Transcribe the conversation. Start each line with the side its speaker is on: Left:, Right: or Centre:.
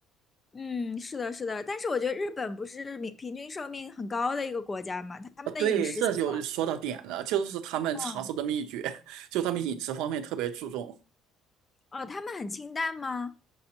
Left: 嗯，是的，是的，但是我觉得日本不是平平均寿命很高的一个国家嘛，他们的饮食习惯，
Right: 啊，对，这就说到点了，就是他们长寿的秘诀，
Left: 嗯
Right: <laughs> 就他们饮食方面特别注重。
Left: 哦，他们很清淡吗？